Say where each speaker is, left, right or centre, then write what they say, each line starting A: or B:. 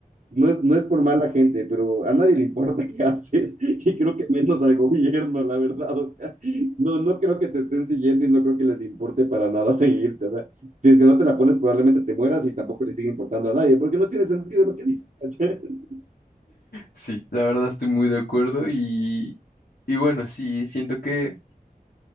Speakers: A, on the right; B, on the left.
A: No es, no es por mala gente, pero a nadie le importa qué haces <laughs> y creo que menos al gobierno, la verdad. O sea, no, no creo que te estén siguiendo y no creo que les importe para nada <laughs> seguirte. O sea, si es que no te la pones, probablemente te mueras y tampoco le sigue importando a nadie, porque no tiene sentido lo que dices. ¿cachai? <laughs>
B: Sí, la verdad estoy muy de acuerdo y, y bueno, sí, siento que,